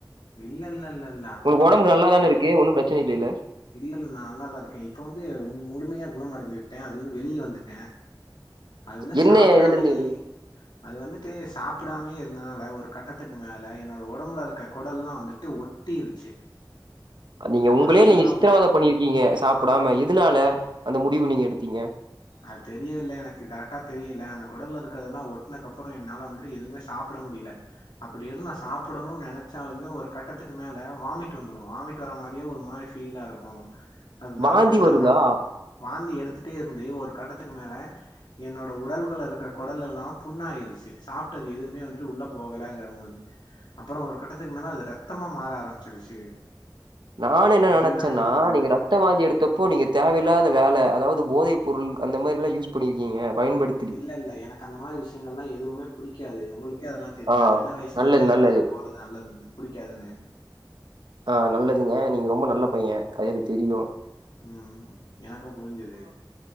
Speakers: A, on the left; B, on the right.
A: இல்ல இல்ல இல்ல இல்ல
B: ஒனக்கு ஒடம்பு நல்லாதான இருக்கு ஒன்னு பிரச்சன இல்லைல்ல
A: இல்லல்ல நா நல்லாதா இருக்க இப்ப வந்து உன் முழுமையா குணம்மடைந்து விட்ட அதுலந்து வந்து வெளிய வந்துட்ட அது வந்து
B: என்ன
A: சாப்டாமையே
B: இதுல இருந்து
A: அது வந்துட்டு சாப்டாமயே இருந்ததுனால ஒரு கட்டத்துக்கு மேல என்னோட உடம்புல இருக்க கொடல்லா வந்துட்டு ஒட் டிருச்சி
B: நீங்க
A: அந்த
B: ஒங்களயே
A: குடல்கள்லாம்
B: நீங்க சித்திரவாத பண்ணிருக்கீங்க சாப்டாம எதுனால அந்த முடிவு நீங்க எடுத்தீங்க
A: அது தெரியவில்ல எனக்கு கரெக்டா தெரியல ஆனா கொடல்ல இருக்கரதெல்லா ஒட்னக்கப்புறோ என்னால வந்துட்டு எதுமே சாப்ட முடியல அப்டி எது நா சாப்டணுன் நெனைச்சாலுமே ஒரு கட்டத்துக்கு மேல வாமிட் வந்துரு வாமிட் வர மாரியே ஒரு மாரி ஃபீலா இருக்கு அதனால
B: வாந்தி
A: வந்துட்டு
B: வருதா
A: நா வா வாந்தி எடுத்துட்டேருந்து ஒரு கட்டத்துக்கு மேல என்னோட உடல்கள இருக்கற கொடலெல்லா புண்ணாயிருச்சி சாப்ட்டது எதுவுமே வந்துட்டு உள்ள போகலங்கறபோது அப்றோ ஒரு கட்டத்துக்கு மேல அது ரத்தமா மாற ஆரம்பிச்சிருச்சு
B: நானு என்ன நெனச்சேன்னா
A: இதுதா எனக்கு நடந்தது
B: நீங்க ரத்த வாந்தி எடுத்த ப்போ நீங்க தேவையில்லாத வேல அதாவது போதை பொருள் அந்த மாரில்லா யூஸ் பண்ணிருக்கீங்க பயன்படுத்
A: இல்ல இல்ல எனக்கு அந்த மாரி விஷயங்கல்லா எதுவுமே புடிக்காது உங்களுக்கே அதெல்லா தெரியு
B: ஆ
A: சின்ன வயசுலேந்து
B: நல்லது
A: எனக்கு
B: நல்லது
A: அதுல போறது நல்லதுன்னு புடிக்காதுன்னு
B: ஆ நல்லதுங்க நீங்க ரொம்ப நல்ல பையேன் அது எனக்கு தெரியு
A: ம் எனக்கு புரிஞ்சுது